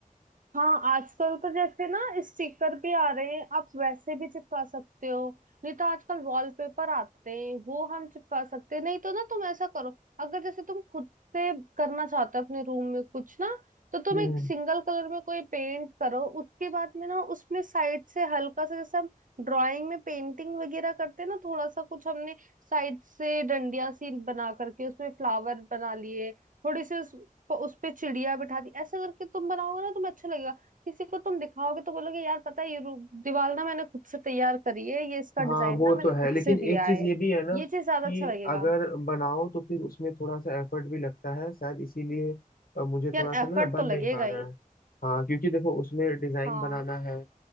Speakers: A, on the right (about 65°); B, on the left (about 80°).
A: हाँ आजकल तो जैसे ना स्टिकर भी आ रहे हैं आप वैसे भी चिपका सकते हो नहीं तो आजकल वॉलपेपर आते हैं वो हम चिपका सकते हैं नहीं तो ना तुम ऐसा करो अगर जैसे तुम खुद से करना चाहते हो अपने रूम में कुछ ना तो तुम
B: हम्म
A: एक सिंगल कलर में कोई पेंट करो उसके बाद में ना उसमें साइड से हल्का सा जैसे हम ड्राइंग में पेंटिंग वगैरह करते हैं ना थोड़ा सा कुछ हमने साइड से डंडिया सी बना करके उसमें फ्लावर बना लिए थोड़ी सी उस तो उस पे चिड़िया बिठा दी ऐसा करके तुम बनाओगे ना तुम्हें अच्छा लगेगा किसी को तुम दिखाओगे तो बोलोगे यार पता है ये रू- दीवार ना मैंने खुद से तैयार करी है ये इसका
B: हाँ
A: डिजाइन
B: वो
A: ना मैंने
B: तो है
A: खुद
B: लेकिन
A: से
B: एक
A: दिया
B: चीज
A: है
B: ये भी है ना
A: ये चीज ज्यादा
B: कि
A: अच्छा लगेगा
B: अगर बनाओ तो फिर उसमें थोड़ा सा एफर्ट भी लगता है शायद इसीलिए अ, मुझे थोड़ा
A: यार
B: सा
A: एफर्ट
B: ना बन
A: तो लगेगा
B: नहीं पा रहा
A: ही
B: है हाँ क्योंकि देखो उसमें डिजाइन
A: हाँ
B: बनाना है